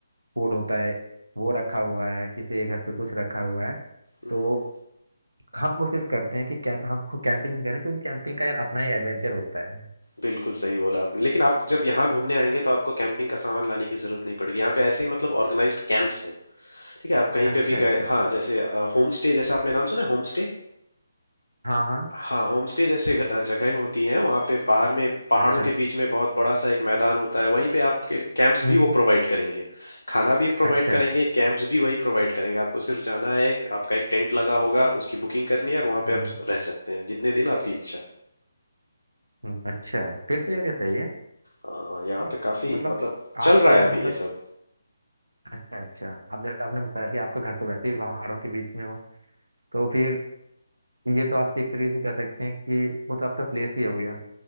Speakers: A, on the right; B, on the left.
A: फूड होता है वो रखा हुआ है किसी के घर पे कुछ रखा हुआ है
B: हम्म
A: तो
B: हम्म, हम्म,
A: हम कोशिश करते हैं कि कैंप हम खुद कैंपिंग करें क्योंकि कैंपिंग का यार अपना ही एडवेंचर होता है
B: बिल्कुल सही बोला आपने लेकिन आप जब यहाँ घूमने आएंगे तो आपको कैंपिंग का सामान लाने की जरूरत नहीं पड़ेगी यहाँ पे ऐसे ही मतलब ऑर्गेनाइज्ड कैंप्स हैं ठीक है आप कहीं
A: अच्छा
B: पे भी
A: अच्छा
B: गए हाँ जैसे होम स्टे जैसा आपने नाम सुना है होम स्टे
A: हाँ हाँ
B: हाँ होम स्टे जैसे ग- अ, जगहें होती हैं वहाँ पे बाहर में पहाड़ों
A: अच्छा
B: के बीच में बहुत बड़ा सा एक मैदान होता है वहीं पे आपके कैंप्स
A: हम्म
B: भी
A: हम्म,
B: वो प्रोवाइड करेंगे खाना भी प्रोवाइड
A: अच्छा
B: करेंगे कैंप्स भी वही प्रोवाइड करेंगे आपको सिर्फ जाना है एक- आपका एक टेंट लगा होगा उसकी बुकिंग करनी है और वहाँ पे
A: हम्म
B: आप रह सकते हैं जितने दिन आपकी इच्छा
A: हम्म, अच्छा फिर तो यार ये सही है
B: हाँ यहाँ
A: और
B: पे काफी
A: मतलब
B: मतलब चल
A: आप
B: रहा
A: तो यार
B: है अभी
A: मतलब
B: ये सब
A: अच्छा अच्छा अब जैसे आपने बताया कि आपका घर तो वैसे ही पहाड़ों के बीच में हो तो फिर ये तो आप एक तरीके से कह सकते हैं कि वो तो आपका प्लेस ही हो गया